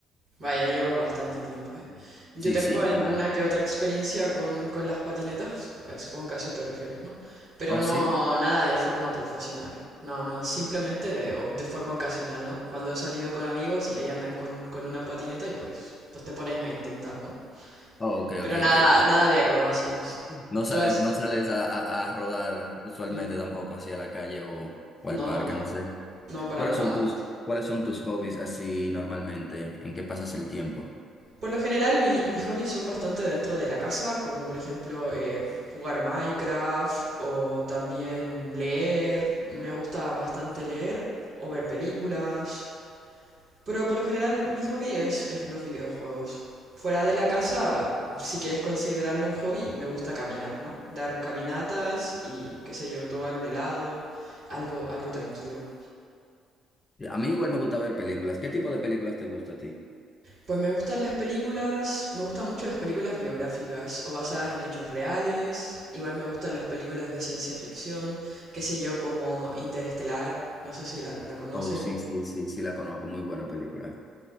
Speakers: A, on the right; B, on the left.
A: Vaya, llevas bastante tiempo, ¿eh? Yo
B: Sí,
A: tengo
B: sí,
A: alguna
B: ya.
A: que otra experiencia con, con las patinetas, eh, supongo que a eso te refieres, ¿no? Pero
B: ¿Oh,
A: no
B: sí?
A: nada de forma profesional, no, no, simplemente o- de forma ocasional, ¿no? Cuando he salido con amigos y ahí andan con, con una patineta y pues, pues te pones a intentar, ¿no?
B: Oh, ok,
A: Pero
B: ok,
A: nada,
B: ok.
A: nada de acrobacias.
B: No sales,
A: Tú has...
B: no sales a, a- a rodar usualmente
A: n-
B: tampoco, así a la calle o, o al
A: No,
B: parque,
A: no, no,
B: no sé.
A: no para
B: ¿Cuáles
A: nada.
B: son tus, cuáles son tus hobbies así normalmente? ¿En qué pasas el tiempo?
A: Por lo general, mi- mis hobbies son bastante dentro de la casa, como por ejemplo eh, jugar Minecraft o también leer. Me gusta bastante leer o ver películas. Pero por lo general, mi hobby es, es los videojuegos. Fuera de la casa, si quieres considerarlo un hobby, me gusta caminar, ¿no? Dar caminatas y, qué sé yo, tomar un helado, algo, algo tranquilo.
B: A mí igual me gusta ver películas. ¿Qué tipo de películas te gusta a ti?
A: Pues me gustan las películas, me gustan mucho las películas biográficas o basadas en hechos reales. Igual me gustan las películas de ciencia ficción, qué sé yo, como Interestelar, no sé si la, la conoces
B: Oh, sí,
A: o...
B: sí, sí, sí, la conozco, muy buena película.